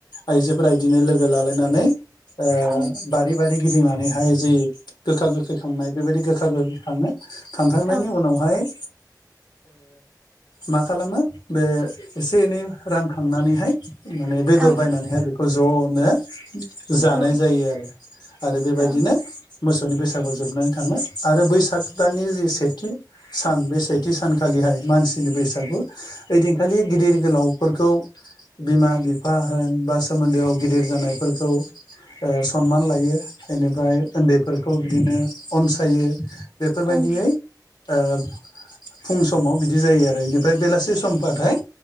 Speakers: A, on the left (about 85°); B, on the right (about 20°).
A: आइजोफोरा इदिनो लोगो लालायनानै ओ
B: ओं
A: बारि बारि गिदिंनानै हाय जि गोखा गोखै खैखांनाय बे बायदि गोखा गोखै खांङो खांखांनायनि
B: ओं
A: उनावहाय मा माने बेदर
B: ओं
A: बायनानैहाय बेखौ ज'नो जानाय
B: औ
A: जायो आरो आरो बे बायदिनो
B: ओं
A: मोसौनि बैसागु जोबनानै थाङो आरो बैसाग दाननि जि सेथि सान बे सेथि सानखालिहाय मानसिनि बैसागु गु इदिं खालि गिदिर गोलावफोरखौ बिमा बिफा होन बा सोमोन्दोआव गिदिर जानायफोरखौ ओ सनमान लायो । बेनिफ्राय उन्दैफोरखौ बिदिनो अनसायो बेफोर बायदियै
B: ओं
A: ओ फुं समाव बिदि जायो आरो बेनिफ्राय बेलासि समबाथाय